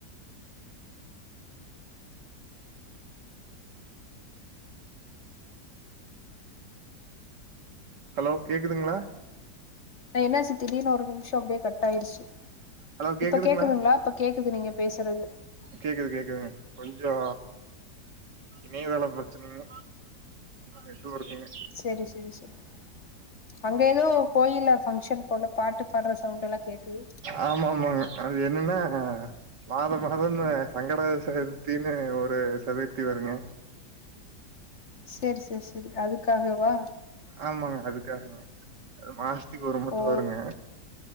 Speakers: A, on the right; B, on the left.
A: ஹலோ கேக்குதுங்ளா
B: ஆ என்னாச்சு திடீன்னு ஒரு நிம்ஷோ அப்டியே கட் ஆய்ருச்சு
A: ஹலோ கேக்குதுங்களா
B: இப்ப கேக்குதுங்ளா இப்ப கேக்குது நீங்க பேசுறது
A: கேக்குது கேக்குதுங்க கொஞ்சோ இணைதள பிரச்சனைங்க நெட்டு ஒர்க்குங்க
B: செரி செரி செரி அங்க ஏதோ கோயில்ல பங்க்ஷன் போல பாட்டு பாட்ற சவுண்ட்டெல்லா கேக்குது
A: ஆமா ஆமாங்க அது என்னன்னா மாதம் மாதோன்னா சங்கடகர சதுர்த்தினு ஒரு சதுர்த்தி வருங்க
B: செரி செரி செரி அதுக்காகவா
A: ஆமாங்க அதுக்காகதாங்க அது மாசத்திக்கு ஒரு மட்டு
B: ஓ
A: வருங்க